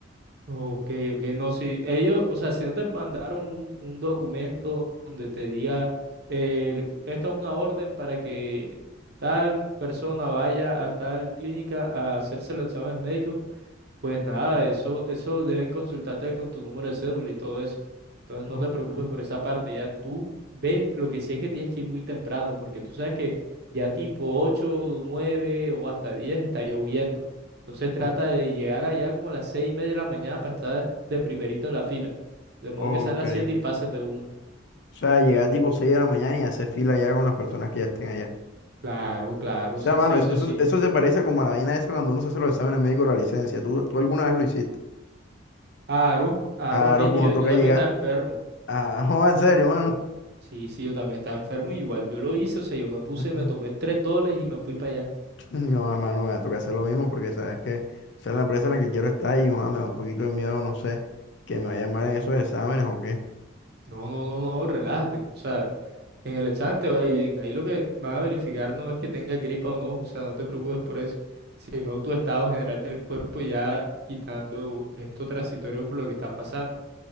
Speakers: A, on the right (about 50°); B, on the left (about 55°).
A: Ok, ok, no, sí. Ellos, o sea, si no te mandaron un, un documento donde te diga, eh, esta es una orden para que tal persona vaya a tal clínica a hacerse los exámenes médicos. Pues nada, eso, eso deben consultarte con tu número de cédula y todo eso. Entonces
B: Ok.
A: no te preocupes por esa parte, ya tú ve, lo que sí es que tienes que ir muy temprano, porque tú sabes que ya tipo 8, 9 o hasta 10 está lloviendo. Entonces trata
B: Oh,
A: de llegar allá como a las 6 y media de la mañana para estar de primerito en la fila. De modo
B: ok.
A: que sean las 7 y pases de una.
B: O sea, llegar tipo 6 de la mañana y hacer fila ya con las personas que ya estén allá.
A: Claro, claro,
B: O sea,
A: sí,
B: mano,
A: sí,
B: eso,
A: eso
B: eso,
A: sí.
B: eso se parece como a la vaina esa cuando uno se hace los exámenes médicos de la licencia. ¿Tú, tú alguna vez lo hiciste?
A: Aro, Aro,
B: Claro
A: fíjate,
B: que uno
A: yo,
B: toca
A: yo también
B: llegar
A: estaba enfermo.
B: a... <laughs> No, en serio, mano.
A: Sí, sí, yo también estaba enfermo y igual yo lo hice, o sea, yo me
B: <laughs>
A: puse, me tomé tres dólares y me fui para allá.
B: No, mano, me va a tocar hacer lo mismo porque sabes que esa es la empresa en la que quiero estar y, joder, me da un poquito de miedo, no sé, que me vaya mal en esos exámenes o qué.
A: No, no, no, no, relájate. O sea, en el examen te va a ir bien. Ahí lo que van a verificar no es que tengas gripa o no, o sea, no te preocupes por eso, sino tu estado general del cuerpo ya quitando esto transitorio por lo que estás pasando.